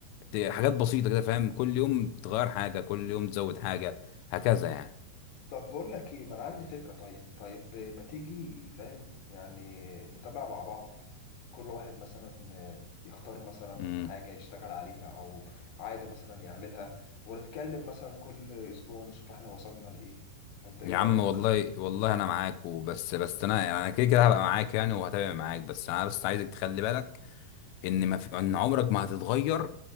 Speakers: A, on the left; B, on the left.
A: ت- حاجات بسيطة كده فاهم كل يوم تغير حاجة كل يوم تزود حاجة هكذا يعني
B: طب بقول لك ايه ما انا عندي فكرة طيب طيب ما تيجي فاهم يعني نتابع مع بعض كل واحد مثلا آه، يختار مثلا
A: امم
B: حاجة يشتغل عليها او عادة مثلا يعملها ونتكلم مثلا كل اسبوع نشوف احنا وصلنا لايه فانت ايه
A: يا
B: رأيك
A: عم والله والله انا معاك وبس بس انا يعني انا كده كده هبقى معاك يعني وهتابع معاك بس انا بس عايزك تخلي بالك ان ما في ان عمرك ما هتتغير